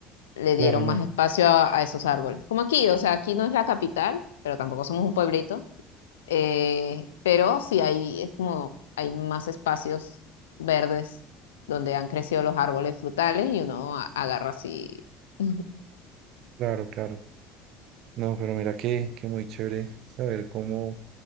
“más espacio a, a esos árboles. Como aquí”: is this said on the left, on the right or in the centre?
Left